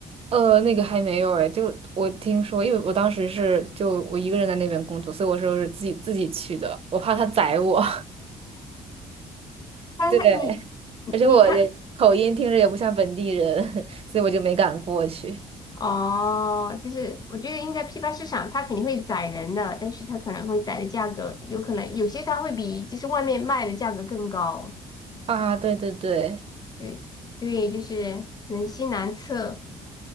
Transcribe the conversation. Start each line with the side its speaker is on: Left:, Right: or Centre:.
Right: 呃，那个还没有哎，就我听说，因为我当时是就我一个人在那边工作，所以我说是自己自己去的，我怕他宰我。
Left: 它它你你你看，
Right: 对，而且我也口音听着也不像本地人，<laughs> 所以我就没敢过去。
Left: 哦，就是我觉得应该批发市场它肯定会宰人的，但是它可能会宰的价格，有可能有些它会比就是外面卖的价格更高。
Right: 啊，对对对，
Left: 对对，就是人心难测，